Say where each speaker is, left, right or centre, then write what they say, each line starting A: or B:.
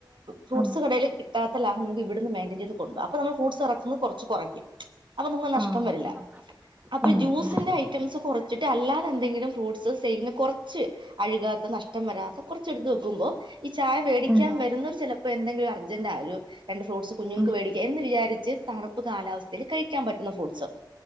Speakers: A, on the right; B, on the right.
A: ഫ്രൂ്സ്
B: ഉം
A: കടയിൽ കിട്ടാത്ത ലാഭം നമുക്ക് ഇവിടുന്ന് മെയിൻറയിൻ ചെയ്ത് കൊണ്ട് പോകാ അപ്പൊ നമ്മ ഫ്രൂട്ട്സ് ഇറക്കുന്നത് കുറച്ച് കൊറയ്ക്കും അപ്പൊ നമു നഷ്ടം
B: ആഹ്
A: വരില്ല
B: ആഹ് <unintelligible>
A: അപ്പൊ ജ്യൂസിന്റെ ഐറ്റംസ് കുറച്ചിട്ട് അല്ലാതെന്തെങ്കിലും ഫ്രൂട്ട്സ് സൈഡിന് കുറച്ച് അഴുകാത്ത നഷ്ടം വരാത്ത കുറച്ച് എടുത്ത് വെക്കുമ്പോ ഈ ചായ വേടിക്കാൻ
B: ഉം ഉം
A: വരുന്നോര് ചിലപ്പോ എന്തെങ്കിലും അർജന്റാ ഒരു രണ്ട് ഫ്രൂട്ട്സ് കുഞ്ഞുങ്ങൾക്ക്
B: ഉം
A: വേടി എന്ന് വിചാരിച്ച് തണുപ്പ് കാലാവസ്ഥയിൽ കഴിക്കാൻ പറ്റുന്ന ഫ്രൂട്ട്സ്